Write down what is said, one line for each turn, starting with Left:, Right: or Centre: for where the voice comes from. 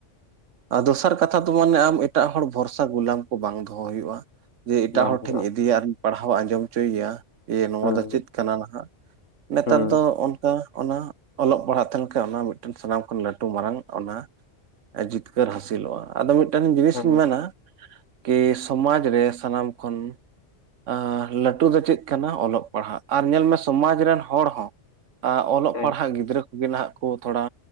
Right: ᱟᱨ ᱫᱚᱥᱟᱨ ᱠᱟᱛᱷᱟ ᱫᱚ ᱢᱟᱱᱮ ᱟᱢ ᱮᱴᱟᱜ ᱦᱚᱲ ᱵᱷᱚᱨᱥᱟ ᱜᱩᱞᱟᱢ ᱠᱚ ᱵᱟᱝ ᱫᱚᱦᱚ ᱦᱩᱭᱩᱜᱼᱟ ᱡᱮ ᱮᱴᱟᱜ
Left: ᱵᱟᱝ
Right: ᱦᱚᱲ
Left: ᱦᱩᱭᱩᱜᱼᱟ
Right: ᱴᱷᱮᱧ ᱤᱫᱤᱭᱟ ᱟᱨᱤᱧ ᱯᱟᱲᱦᱟᱣ ᱟᱸᱡᱚᱢ ᱦᱚᱪᱚᱭᱮᱭᱟ ᱮ ᱱᱚᱣᱟ
Left: ᱦᱩᱸ
Right: ᱫᱚ ᱪᱮᱫ ᱠᱟᱱᱟ ᱱᱟᱦᱟᱜ, ᱱᱮᱛᱟᱨ
Left: ᱦᱩᱸ
Right: ᱫᱚ ᱚᱱᱠᱟ ᱚᱱᱟ ᱚᱞᱚᱜ ᱯᱟᱲᱦᱟᱜ ᱛᱟᱦᱮᱱ ᱠᱷᱟᱡ ᱚᱱᱟ ᱢᱤᱫᱴᱮᱱ ᱥᱟᱱᱟᱢ ᱠᱷᱚᱱ ᱞᱟᱹᱴᱩ ᱢᱟᱨᱟᱝ ᱚᱱᱟ ᱡᱤᱛᱠᱟᱹᱨ ᱦᱟᱹᱥᱤᱞᱚᱜᱼᱟ ᱟᱫᱚ ᱢᱤᱫ ᱴᱮᱱ ᱡᱤᱱᱤᱥᱤᱧ
Left: ᱦᱮᱸ
Right: ᱢᱮᱱᱟ ᱠᱤ ᱥᱚᱢᱟᱡᱽ ᱨᱮ ᱥᱟᱱᱟᱢ ᱠᱷᱚᱱ ᱟᱸ ᱞᱟᱹᱴᱩ ᱫᱚ ᱪᱮᱫ ᱠᱟᱱᱟ ᱚᱞᱚᱜ ᱯᱟᱲᱦᱟᱜ ᱟᱨ ᱧᱮᱞ ᱢᱮ ᱥᱚᱢᱟᱡᱽ ᱨᱮᱱ ᱦᱚᱲ ᱦᱚᱸ ᱚᱞᱚᱜ
Left: ᱦᱮᱸ
Right: ᱯᱟᱲᱦᱟᱜ ᱜᱤᱫᱽᱨᱟᱹ ᱠᱚᱜᱮ ᱱᱟᱸᱜ ᱠᱚ ᱛᱷᱚᱲᱟ